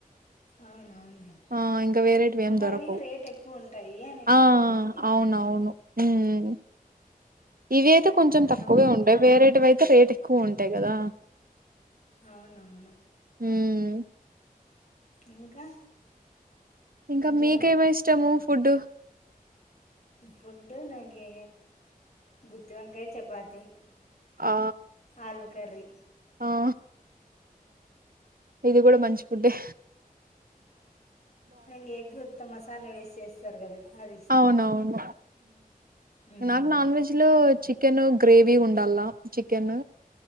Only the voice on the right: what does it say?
ఆ ఇంకా వేరంటివీ
ఎమ్ దొరకవు
ఆ
అవునవును హ్మ్ ఇవి అయితే కొంచెం తక్కువగా
ఉంటాయి వేరేటివి అయితే రేట్ ఎక్కువ ఉంటాయి కదా
హ్మ్
ఇంకా
మీకేమి ఇష్టము ఫుడ్డు
ఆ
ఆ ఇది కూడా మంచి ఫుడే
అవునవును
నాకు నాన్ వెజ్ లో చి కెన్ గ్రేవి ఉండాలా చికెన్